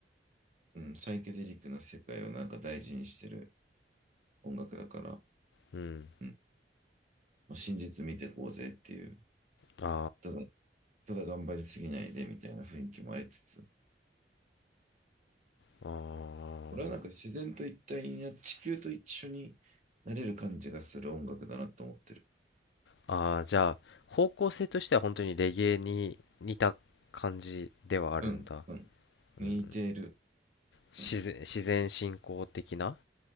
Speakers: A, on the right; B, on the left.
A: うん、サイケデリックな世界をなんか大事にしてる音楽だから、
B: うん。
A: うん。まあ、真実見てこうぜっていう。
B: あ
A: ただ、ただ頑張りすぎないでみたいな雰囲気もありつつ、
B: あ、ああ。
A: 俺はなんか自然と一体にな、地球と一緒になれる感じがする音楽だなと思ってる。
B: ああ、じゃあ、方向性としては本当にレゲエに似た感じではあるんだ。
A: うん、うん。
B: うん、
A: 似ている。
B: 自然、
A: うん、
B: 自然信仰的な